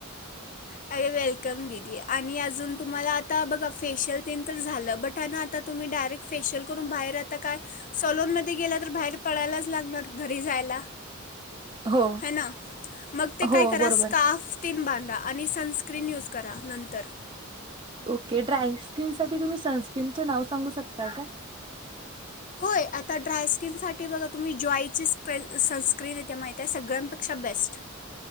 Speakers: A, on the left; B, on the right.
A: अरे वेलकम दीदी आणि अजून तुम्हाला आता बघा फेशियल. क्लीन तर झाल बट हायन आता तुम्ही डायरेक्ट फेशियल करून बाहेर येता काय सलून मध्ये गेल तर बाहेर पडायलाच लागणार घरी जायला.
B: हो,
A: हाय ना मग ते
B: हो
A: काय करा
B: बरोबर.
A: स्कार्फ ते न बांधा आणि सन स्क्रीन यूज करा नंतर.
B: ओके ड्राय स्किन साठी तुम्ही सनस्क्रीमच नाव सांगू शकताय काय.
A: होय आता ड्राय स्किनसाठी बघा तुम्ही जॉईची सनस्क्रीन येते माहितीय आहे सगळ्यांपेक्षा बेस्ट.